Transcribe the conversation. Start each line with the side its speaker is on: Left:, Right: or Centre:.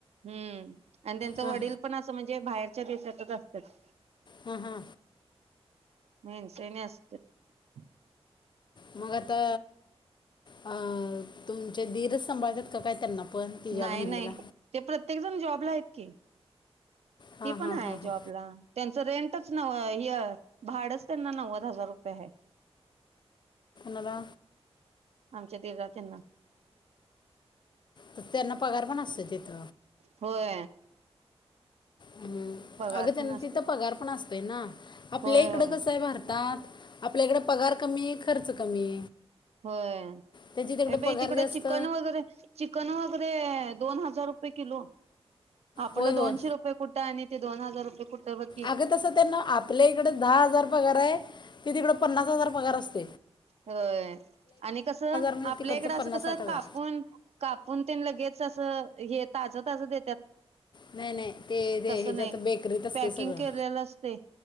Right: हम्म आणि त्यांच वडील
Left: हां
Right: पण असं म्हणजे बाहेर ते दिसतंच असतात.
Left: ह हा
Right: <unintelligible>
Left: मग आता अ तुम ते दीरच सांभाळत्यात का काय त्यांना पण तिच्या
Right: नाही
Left: बहिणीला
Right: नाही ते प्रत्येक जण जॉब ला आहेत की
Left: हां
Right: ती
Left: हां
Right: पण हाय
Left: हां हां
Right: जॉबला त्यांच रेंट तेच नव्ह हे भाडच त्यांना नव्वद हजार रुपये हाय
Left: मला
Right: आमच्या दीरा त्यांना
Left: तर त्यांना पगार पण असतय तिथ
Right: होय
Left: हम्म
Right: पगार
Left: अगं त्यांना
Right: तेन असतय
Left: तिथं पगार पण असतय ना आपल्या
Right: होय
Left: इकडं
Right: होय
Left: कसंय भारतात आपल्या इकडे पगार कमी खर्च कमी
Right: होय
Left: त्यांची तिकडे
Right: ये
Left: पगार
Right: बाई तिकडं
Left: जास्त
Right: चिकन वगैरे चिकन वगैरे दोन हजार रुपये किलो आपलं
Left: होय होय
Right: दोनशे रुपये कुठं आणि ते दोन हजार रुपये कुठं बघ की
Left: अग तस त्यांना आपल्या इकडे दहा हजार पगार हाय ते तिकड पन्नास हजार पगार अस <inaudible>
Right: होय आणि कसं
Left: म्हणजे
Right: आपल्या
Left: तिकडचं
Right: इकडं
Left: पन्नास
Right: असं कसं
Left: साठ हजार
Right: कापून कापून ते लगेच असं हे ताजं ताजं देतात
Left: नाही नाही ते ते
Right: तस
Left: ह्याच्यात
Right: नाही
Left: बेकरीत असते
Right: पॅकिंग
Left: सगळं
Right: केलेलं असते